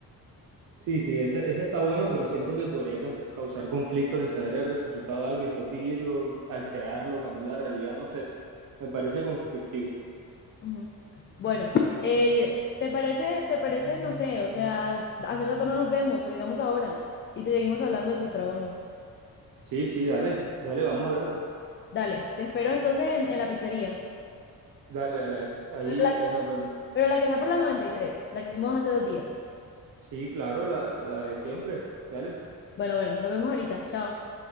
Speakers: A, on the right; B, on the left.
A: Sí, sí, ese, ese está bueno, pero siento que podría caus- causar conflictos el saber el resultado de algo y después vivirlo, alterarlo, cambiar la realidad, no sé, me parece conflictivo.
B: Ujú. Bueno, eh, ¿te parece, te parece, no sé, o sea, hace rato no nos vemos, salgamos ahora y te seguimos hablando del Dos Dragones.
A: Sí, sí, dale, dale, vamos a verlo.
B: Dale, te espero entonces en, en la pizzería,
A: Dale, dale, ahí,
B: pero la,
A: ahí nos vemos.
B: pero la que está por la noventa y tres la que fuimos hace dos días.
A: Sí, claro, la, la de siempre. Dale,
B: Bueno, bueno, nos vemos ahorita, chao.